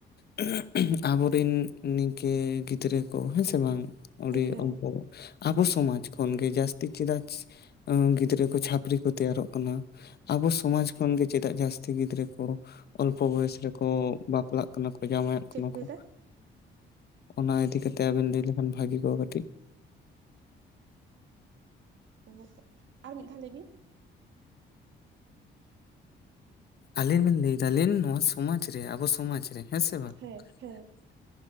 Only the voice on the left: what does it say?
<unintelligible> ᱟᱵᱚ ᱨᱤᱱ ᱱᱤᱝᱠᱟᱹ ᱜᱤᱫᱽᱨᱟᱹ ᱠᱚ ᱦᱮᱸ ᱥᱮ ᱵᱟᱝᱼᱼ ᱟᱹᱰᱤ
ᱚᱞᱯᱚᱼᱼ ᱟᱵᱚ ᱥᱚᱢᱟᱡᱽ ᱠᱷᱚᱱ ᱜᱮ ᱡᱟᱹᱥᱛᱤ ᱪᱮᱫᱟᱜ ᱜᱤᱫᱽᱨᱟᱹ ᱠᱚ ᱪᱷᱟᱹᱯᱨᱤ ᱠᱚ ᱛᱮᱭᱟᱨᱚᱜ ᱠᱟᱱᱟ? ᱟᱵᱚ ᱥᱚᱢᱟᱡᱽ ᱠᱷᱚᱱ ᱜᱮ ᱪᱮᱫᱟᱜ ᱜᱤᱫᱽᱨᱟᱹ ᱠᱚ ᱼᱼ ᱚᱞᱯᱚ ᱵᱚᱭᱮᱥ ᱨᱮᱠᱚ ᱵᱟᱯᱞᱟᱜ ᱠᱟᱱᱟ ᱠᱚ ᱡᱟᱶᱟᱭᱟᱜ ᱠᱟᱱᱟ
ᱠᱚ?
ᱚᱱᱟ ᱤᱫᱤ ᱠᱟᱛᱮ ᱟᱵᱮᱱ ᱞᱟᱹᱭ ᱞᱮᱠᱷᱟᱱ ᱵᱷᱟᱜᱤ ᱠᱚᱜᱼᱟ ᱠᱟᱹᱴᱤᱡ ᱾
ᱟᱹᱞᱤᱧ ᱞᱤᱧ ᱞᱟᱹᱭ ᱫᱟᱞᱤᱧ ᱱᱚᱣᱟ ᱥᱚᱢᱟᱡᱽ ᱨᱮ ᱟᱵᱚ ᱥᱚᱢᱟᱡᱽ ᱨᱮ ᱦᱮᱸ ᱥᱮ ᱵᱟᱝ
ᱼᱼ